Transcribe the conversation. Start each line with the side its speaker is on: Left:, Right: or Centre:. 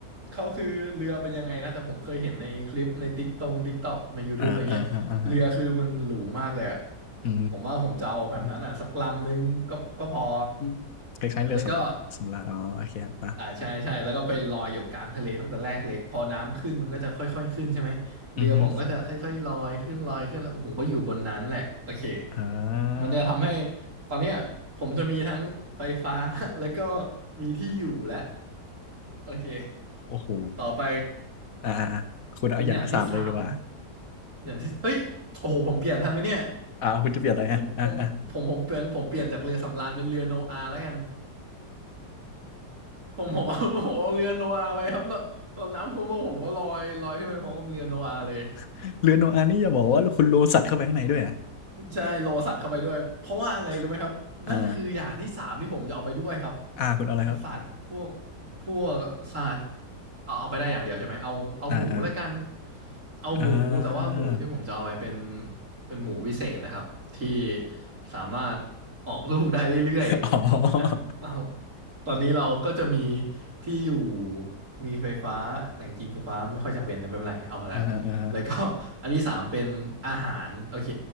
Right: เขาคือเรือเป็นยังไงนะแต่ผมเคยเห็นในคลิปในติ๊กตงติ๊กตอกใน YouTube
Left: อ่าอ่าฮะอ่าฮะ
Right: อะไรเงี้ย เรือคือมันหรูมากเลยอะ
Left: อื
Right: ผมว่าผมจะเอาแบบนั้นอ่ะสักลำนึงก็ก็พอ
Left: มอืมคล้ายๆเรือสำสำราญอ๋อโอเคครับป่ะ
Right: แล้วก็อ่าใช่ใช่แล้วก็ไปลอยอยู่กลางทะเลตั้งแต่แรกเลยพอน้ำขึ้นมันก็จะค่อยๆขึ้นใช่ไหมเรือผมก็จะค่อยๆลอยขึ้นลอยขึ้นแล้วผมก็อยู่บนนั้นแหละโอเค
Left: อือฮึอ่
Right: มันจะทำให้
Left: า
Right: ตอนเนี้ยผมจะมีทั้งไฟฟ้า <laughs> แล้วก็มีที่อยู่และโอเค
Left: โอ้โห
Right: ต่อไป
Left: อ่าอ่าอ่าคุณเอาอย่างสามเลยดีกว่า
Right: เป็นอย่างที่สามอย่างที่เอ้ยโอ้โหผมเปลี่ยนทันไหมเนี่ย
Left: อ่าคุณจะเปลี่ยนอะไรอ่ะอ่าอ่า
Right: ผมผมผมผมเปลี่ยนผมเปลี่ยนจากเรือสำราญเป็นเรือโนอาห์แล้วกันผมผมเอาผมเอาเรือโนอาห์ไปครับแล้วตอนน้ำท่วมโลกผมก็ลอยลอยขึ้นไปพร้อมกับเรือโนอาห์เลย
Left: <laughs> เรือโนอาห์นี่อย่าบอกว่าคุณโลสัตว์เข้าไปข้างในด้วยอ่ะ
Right: ใช่โลสัตว์เข้าไปด้วยเพราะว่าอะไรรู้ไหมครับนั่นคืออย่างที่สามที่ผมจะเอาไปด้วยครับ
Left: <laughs> อ่าอ่าคุณเอาอะไรครับ
Right: สัตว์พวกพวกสัตว์เอาเอาไปได้อย่างเดียวใช่ไหมเอาเอาหมูแล้วกัน
Left: อ่าอ่า
Right: เอาหมูแต่ว่าหมูที่ผมจะเอาไปเป็น
Left: อ่า
Right: เป็นหมูวิเศษนะครับที่สามารถออกลูกได้เรื่อยๆอ่ะ
Left: <laughs> อ๋อ
Right: <laughs> เอาตอนนี้เราก็จะมีที่อยู่มีไฟฟ้าแหล่งกิงไฟฟ้าไม่ค่อยจำเป็นแต่ไม่เป็นไรเอามาแล้ว
Left: อ่าอ่า
Right: แล้วก็อันที่สามเป็นอาหารโอเค